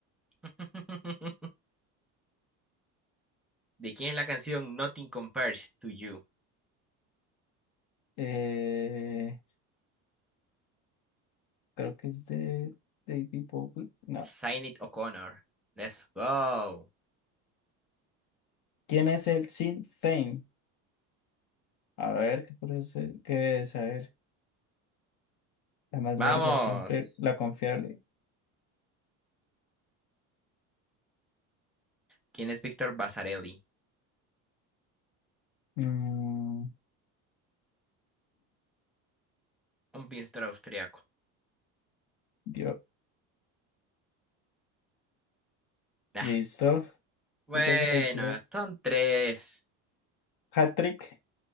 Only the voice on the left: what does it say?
Eh, creo que es de David Bowie. No.
¿Quién es el Sinn Féin? A ver, ¿qué puede ser? ¿Qué es? A ver, la más
larga siempre, la confiable.
Mm,
yo,
listo.
¿Qué te pareció?
Hat-trick.